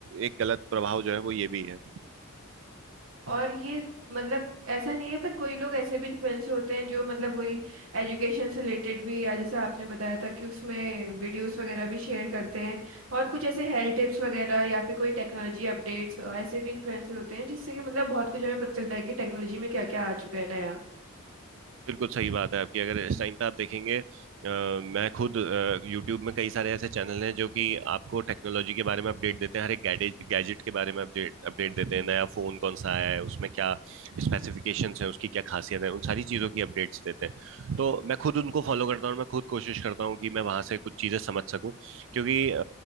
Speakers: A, on the right; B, on the right.
A: एक गलत प्रभाव जो है वो ये भी है
B: और ये मतलब ऐसा नहीं है पर कोई लोग ऐसे भी इन्फ्लुएंसर होते हैं जो मतलब वही एजुकेशन से रिलेटेड भी या जैसे आपने बताया था कि उसमें वीडियोस वगैरह भी शेयर करते हैं और कुछ ऐसे हेल्थ टिप्स वगैरह या फिर कोई टेक्नोलॉजी अपडेट्स ऐसे भी इन्फ्लुएंसर होते हैं जिससे कि मतलब बहुत कुछ हमें पता चलता है कि टेक्नोलॉजी में क्या क्या आ चुका है नया
A: बिल्कुल सही बात है आपकी अगर इस टाइम पे आप देखेंगे अ, मैं खुद यूट्यूब में कई सारे ऐसे चैनल हैं जो कि आपको टेक्नोलॉजी के बारे में अपडेट देते हैं हर एक गैजेट गैजेट के बारे में अपडेट अपडेट देते
B: हम्म
A: हैं नया फोन कौन सा आया है उसमें क्या स्पेसिफिकेशंस हैं उसकी क्या खासियत है उन सारी चीज़ों की अपडेट्स देते हैं तो मैं खुद उनको फॉलो करता हूँ और मैं खुद कोशिश करता हूँ कि मैं वहां से कुछ चीज़ें समझ सकूँ क्योंकि अ,